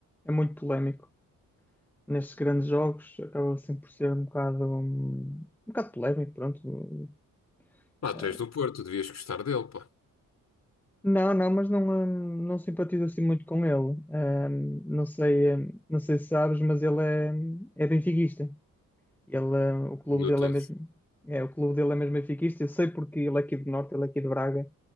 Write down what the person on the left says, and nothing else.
Pá,
tu és do Porto, devias gostar dele, pá.
Notou-se.